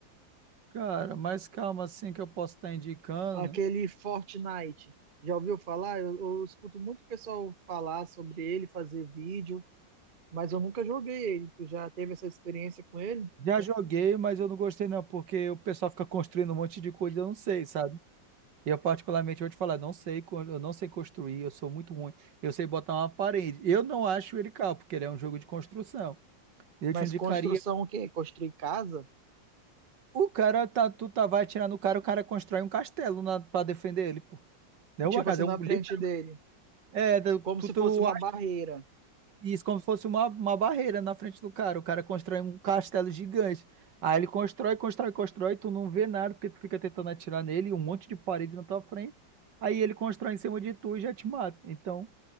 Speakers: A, on the right; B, on the right.
A: Cara, mais calma assim que eu posso estar indicando.
B: Aquele Fortnite. Já ouviu falar? Eu, eu escuto muito pessoal falar sobre ele, fazer vídeo, mas eu nunca joguei ele. Tu já teve essa experiência com ele?
A: Já joguei, mas eu não gostei não, porque o pessoal fica construindo um monte de coisa, e eu não sei, sabe? Eu particularmente vou te falar, não sei, co- eu não sei construir, eu sou muito ruim. Eu sei botar uma parede. Eu não acho ele caro, porque ele é um jogo de construção. Eu
B: Mas
A: te indicaria,
B: construção o quê? Construir casa?
A: o cara tá, tu tá vai atirar no cara, o cara constrói um castelo na, para defender ele, pô. Não é uma
B: Tipo
A: casa,
B: assim,
A: é
B: na
A: um
B: frente
A: livro.
B: dele.
A: É,
B: Como
A: tu,
B: se
A: tu
B: fosse uma barreira.
A: Isso, como se fosse uma, uma barreira na frente do cara. O cara constrói um castelo gigante. Aí ele constrói, constrói, constrói, tu não vê nada porque tu fica tentando atirar nele, um monte de parede na tua frente. Aí ele constrói em cima de tu e já te mata. Então,